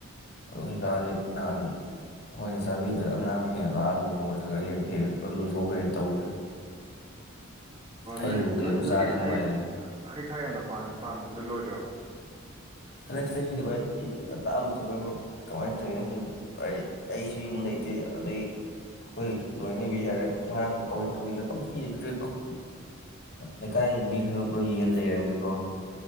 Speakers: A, on the left; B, on the right.
A: ꯑꯗꯣ ꯍꯩꯈꯥꯁꯦ ꯅꯍꯥꯟ ꯑꯩꯈꯣꯏꯅ ꯆꯥꯕꯤꯗ ꯑꯉꯥꯡ ꯍꯦꯛ ꯂꯥꯛꯑꯒ ꯅꯣꯡ ꯅꯣꯡꯃ ꯈ꯭ꯔꯔꯒ ꯍꯦꯛ ꯍꯦꯛ ꯂꯣꯏꯊꯣꯛꯈ꯭ꯔꯦꯅꯦ ꯇꯧꯔꯤꯁꯦ
B: ꯑꯣ
A: ꯍꯩꯒꯨꯝ
B: ꯅꯣꯏ
A: ꯀꯩꯒꯨꯝ
B: ꯅꯣꯏ ꯅꯣꯏꯒꯤꯗ
A: ꯆꯥꯔꯗꯤ ꯅꯨꯡꯉꯥꯏꯗꯅ
B: ꯍꯩ ꯍꯩꯈꯥ ꯌꯥꯝꯅ ꯄꯥꯟꯕꯥꯗꯨ ꯂꯣꯏꯒ꯭ꯔꯕꯣ
A: ꯍꯟꯗꯛ ꯆꯍꯤꯗ ꯂꯇꯥ ꯉꯟꯇꯥ ꯂꯣꯏꯊꯣꯛꯈꯔꯦ ꯃꯔꯨꯞ ꯀꯃꯥꯏꯅ ꯇꯧꯔꯤꯅꯣ ꯈꯪꯗꯦ ꯑꯩꯁꯨ ꯌꯨꯝ ꯂꯩꯇꯦ ꯑꯗꯩ ꯑꯩꯈꯣꯏ ꯂꯣꯏꯅꯕꯤ ꯍꯥꯏꯔꯦ ꯑꯥꯡꯈꯩ ꯀ ꯀꯊ ꯄ ꯂꯩꯀꯥꯏꯒꯤ ꯃꯤ ꯈꯨꯗꯤꯡꯃꯛꯄꯥꯎ ꯌꯦꯟ ꯂꯩꯝꯅꯤꯀꯣ